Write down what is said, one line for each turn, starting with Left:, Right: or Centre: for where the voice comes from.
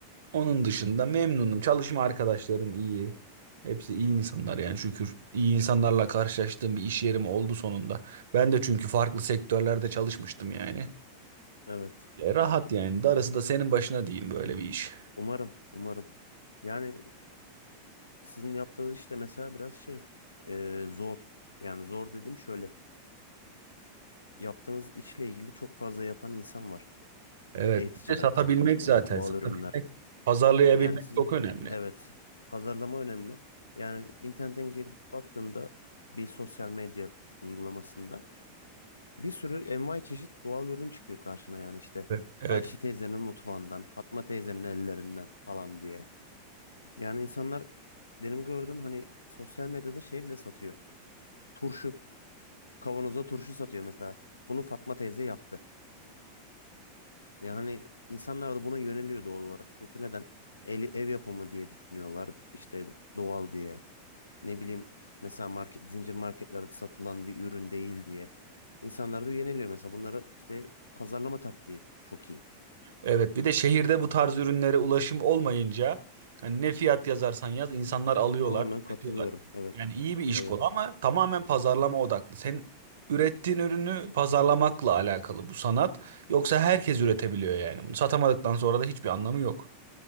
Right: Onun dışında memnunum. Çalışma arkadaşlarım iyi. Hepsi iyi insanlar yani şükür. İyi insanlarla karşılaştığım bir iş yerim oldu sonunda. Ben de çünkü farklı sektörlerde çalışmıştım yani.
Left: Evet.
Right: E, Rahat yani. Darısı da senin başına diyeyim böyle bir iş.
Left: Umarım. Umarım. Yani sizin yaptığınız işte mesela biraz şey e, zor. Yani zor dedim şöyle. Yaptığınız işle ilgili çok fazla yapan insan var.
Right: Evet.
Left: E-ticaret
Right: Bir de satabilmek
Left: bakımından.
Right: zaten.
Left: Doğal
Right: Satabilmek,
Left: ürünler.
Right: pazarlayabilmek
Left: Yani sizin
Right: çok önemli.
Left: evet pazarlama önemli. Yani internetten girip baktığında bir sosyal medya uygulamasında Bir sürü envai çeşit doğal ürün çıkıyor karşına yani işte
Right: Evet. Evet,
Left: Ayşe teyzenin mutfağından, Fatma teyzenin ellerinden falan diye. Yani insanlar benim gördüğüm hani sosyal medyada şey bile satıyor. Turşu, kavanoza turşu satıyor mesela. Bunu Fatma teyze yaptı. Yani insanlar da buna yöneliyor doğal olarak. Çünkü neden? El, ev yapımı diye düşünüyorlar işte doğal diye. Ne bileyim mesela market, zincir marketlerde satılan bir ürün değil diye. İnsanlar da yöneliyor mesela bunları işte pazarlama taktiği çok iyi.
Right: Evet, bir de şehirde bu tarz ürünlere ulaşım olmayınca hani ne fiyat yazarsan yaz insanlar alıyorlar,
Left: Tamamen
Right: tüketiyorlar.
Left: katılıyorum. Evet.
Right: Yani iyi bir iş
Left: Evet.
Right: kolu ama tamamen pazarlama odaklı. Sen ürettiğin ürünü pazarlamakla alakalı bu sanat. Yoksa herkes üretebiliyor yani. Bunu satamadıktan sonra da hiçbir anlamı yok.